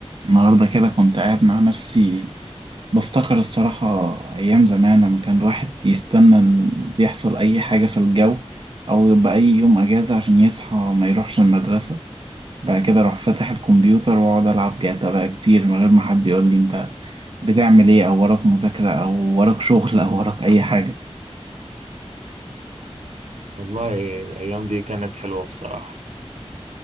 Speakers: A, on the right; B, on the right.
A: النهاردة كده كنت قاعد مع نفسي بفتكر الصراحة أيام زمان لما كان الواحد يستنى إن يحصل أي حاجة في الجو أو يبقى أي يوم أجازة عشان يصحى ما يروحش المدرسة بعد كده أروح فاتح الكمبيوتر وأقعد ألعب جاتا بقى كتير من غير ما حد يقول لي أنت بتعمل إيه أو وراك مذاكرة أو وراك شغل أو وراك أي حاجة
B: والله الأيام دي كانت حلوة بصراحة